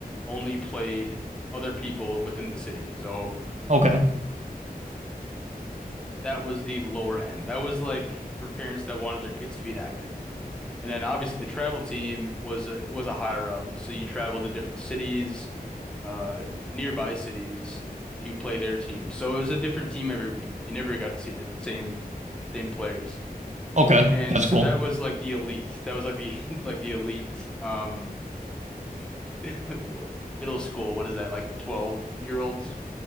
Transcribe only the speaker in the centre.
only played other people within the city. So
that was the lower end. That was like for parents that wanted their kids to be active. And then obviously the travel team was a was a higher up. So you traveled to different cities, uh nearby cities to play their team. So it was a different team every week. You never got to see the same same players.
And
so
that was like the elite. That was like the <laughs> like the elite um <laughs> middle school. What is that? Like 12 year olds.